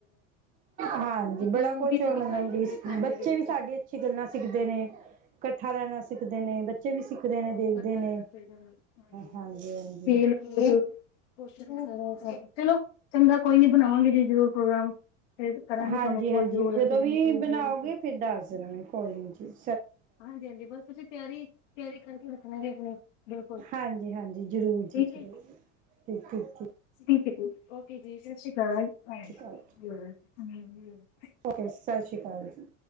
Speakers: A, on the right; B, on the left.
A: ਹਾਂਜੀ
B: ਇੱਕ
A: ਬੜਾ
B: ਯੂਨਿਟੀ
A: ਕੁਛ
B: ਜੀ
A: ਮਤਲਬ
B: ਦਿਖਾਈ ਦਿੰਦੀ
A: ਵੀ
B: ਹੈ ਫੈਮਿਲੀ
A: ਬੱਚੇ
B: ਦੇ ਵਿੱਚ
A: ਵੀ ਸਾਡੀ ਅੱਛੀ ਗੱਲਾਂ ਸਿੱਖ ਦੇ ਨੇ ਇਕੱਠਾ ਰਹਿਣਾ ਸ ਸਿੱਖਦੇ
B: ਇਕੱਠਾ
A: ਨੇ ਬੱਚੇ ਵੀ ਸਿੱਖਦੇ ਨੇ ਦੇਖਦੇ ਨੇ
B: ਰਹਿਣਾ ਚਾਹੀਦਾ ਹਾਂਜੀ
A: ਹਾਂਜੀ-ਹਾਂਜੀ।
B: ਖੇਲ ਚਲੋ ਚੰਗਾ ਕੋਈ ਨੀ ਬਣਾਵਾਂਗੇ ਜੀ ਜ਼ਰੂਰ ਪ੍ਰੋਗਰਾਮ ਫਿਰ ਕਰਾਂਗੇ
A: ਹਾਂਜੀ
B: ਤੁਹਾਨੂੰ ਕੋਲ
A: ਹਾਂਜੀ
B: ਜ਼ਰੂਰ
A: ਜਦੋਂ
B: ਅਸੀਂ
A: ਵੀ ਬਣਾਓਗੇ
B: ਠੀਕ
A: ਫਿਰ ਦੱਸ ਦੇਣਾ ਮੈਂ ਕੋਈ ਨੀ ਚੀਜ਼
B: ਹਾਂਜੀ ਹਾਂਜੀ ਬਸ ਤੁਸੀਂ ਤਿਆਰੀ ਤਿਆਰੀ ਕਰਕੇ ਰੱਖਣਾ ਜ ਆਪਣੀ ਬਿਲਕੁਲ
A: ਹਾਂਜੀ ਹਾਂਜੀ ਜ਼ਰੂਰ ਜੀ ਜ਼ਰੂਰ
B: ਹੈ
A: ਠੀਕ ਠੀਕ ਠੀਕ
B: ਠੀਕ ਠੀਕ ਓਕੇ ਜੀ ਸਤਿ ਸ਼੍ਰੀ ਅਕਾਲ
A: ਸ਼੍ਰੀ ਜੀ ਓਕੇ ਸਤਿ ਸ੍ਰੀ ਅਕਾਲ ਜੀ